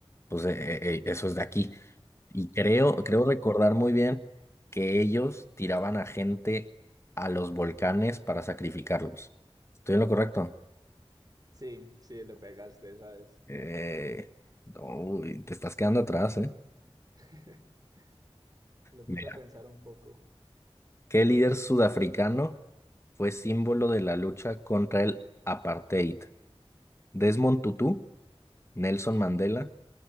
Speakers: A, on the left; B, on the right.
A: pues eh, eh, eso es de aquí. Y creo,
B: Mm.
A: creo recordar muy bien que ellos tiraban a gente a los volcanes para sacrificarlos. ¿Estoy en lo correcto?
B: Sí, sí, le pegaste, ¿sabes?
A: Eh, uy, te estás quedando atrás, ¿eh?
B: <laughs> Lo
A: Mira,
B: puse a pensar un poco.
A: ¿qué líder sudafricano fue símbolo de la lucha contra el apartheid? ¿Desmond Tutu, Nelson Mandela,